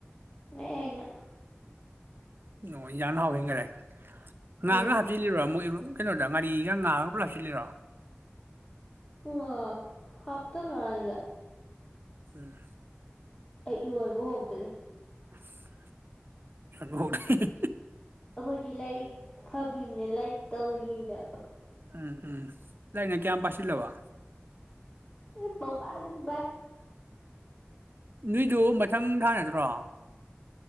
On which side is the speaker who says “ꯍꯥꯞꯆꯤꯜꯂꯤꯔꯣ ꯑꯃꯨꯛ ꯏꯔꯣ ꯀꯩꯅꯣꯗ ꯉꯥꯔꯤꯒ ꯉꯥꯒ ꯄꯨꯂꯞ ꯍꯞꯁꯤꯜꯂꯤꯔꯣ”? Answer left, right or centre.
Right